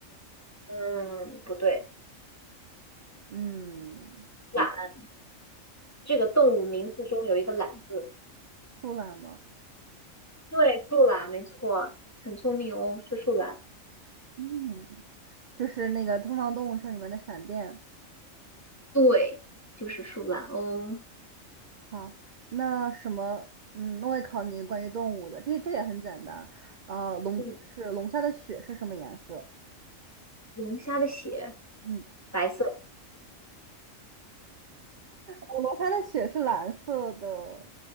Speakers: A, on the left (about 15°); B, on the right (about 55°).
A: 嗯，不对，
B: 嗯，
A: 懒这个动物名字中有一个懒字。
B: 出来吗？
A: 对，树懒没错，很聪明哦，是树懒，
B: 嗯，就是那个《东方动物城》里面的闪电。
A: 对，就是树懒哦。
B: 好，那什么，嗯，那我也考你关于动物的，这这也很简单。呃，龙就是龙虾的血是什么颜色？
A: 嗯，龙虾的血
B: 嗯。
A: 白色，
B: 我们它的血是蓝色的，